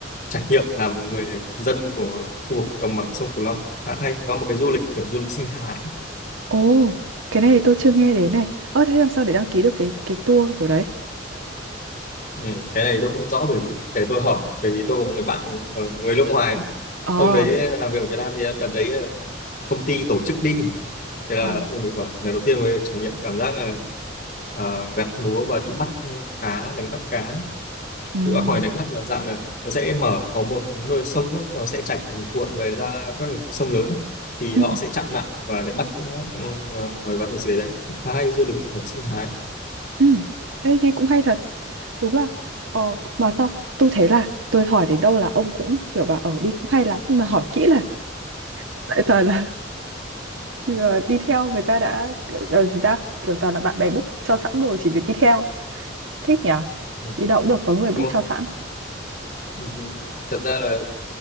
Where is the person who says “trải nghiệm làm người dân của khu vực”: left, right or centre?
Left